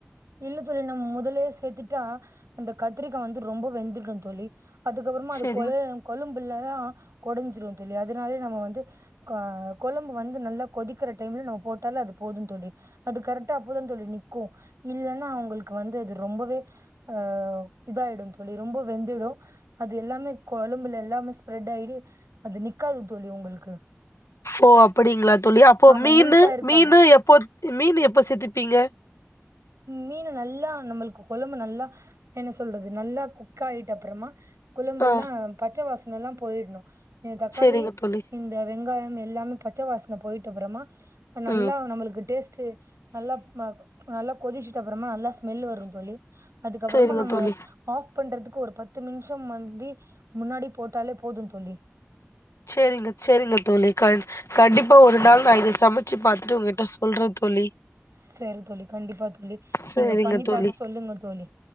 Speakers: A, on the right; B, on the left.
A: இல்ல தோழி நம்ம முதல்லே சேத்துட்டா அந்த கத்திரிக்கா வந்து ரொம்ப வெந்துடு தோழி அதுக்கப்புறமா அது
B: சரி
A: கொழ கொழம்புல <unintelligible> கொடஞ்சிரு தோழி அதுனாலயே நம்ம வந்து ஆஹ் கொழம்பு வந்து நல்லா கொதிக்கற டைம்ல நம்ம போட்டாலே அது போது தோழி அது கரெக்ட்டா அப்ப தா தோழி நிக்கு இல்லன்னா அவங்களுக்கு வந்து அது ரொம்பவே அஹ் இதாயிடு தோழி ரொம்ப வெந்துடு அது எல்லாமே கொழம்புல எல்லாமே ஸ்ப்ரெட் ஆயிடு அது நிக்காது தோழி உங்கள்
B: ஓ அப்டிங்களா தோழி அப்போ
A: ஆமா
B: மீனு
A: முழுசா இருக்காது
B: மீனு எப்போ மீனு எப்ப சேத்திப்பீங்க
A: மீனு நல்லா நம்மள்க்கு கொழம்பு நல்லா என்ன சொல்றது நல்லா குக் ஆயிட்டு அப்பறமா கொழம்பெல்லா
B: ஆ
A: பச்ச வாச னெல்லா போயிட்ணு இந்த தக்காளி
B: சரிங்க தோழி
A: இந்த வெங்காயம் எ எல்லாமே பச்ச வாஸ்ன போயிட்டு அப்பறமா நல்லா
B: ம்
A: நம்மளுக்கு டேஸ்ட்டு நல்லா ம நல்ல கொதிச்சிட்டு அப்பறமா நல்லா ஸ் மெல் வரு தோழி அதுக்கப்பறமா
B: சரிங்க
A: நம்ம
B: தோழி
A: ஆஃப் பண்றதுக்கு ஒரு பத்து நிம்ஷோ வந்தி முன்னாடி போட்டாலே போது தோழி
B: சேரிங்க சேரிங்க தோழி கண் கண்டிப்பா ஒரு நாள் நா இத சம ச்சு பாத்துட்டு உங்கிட்ட சொல்ற தோழி
A: சரி தோழி கண்டிப்பா தோழி நீங்க
B: சரிங்க
A: பண்ணி பாத்து
B: தோழி
A: சொல்லுங்க தோழி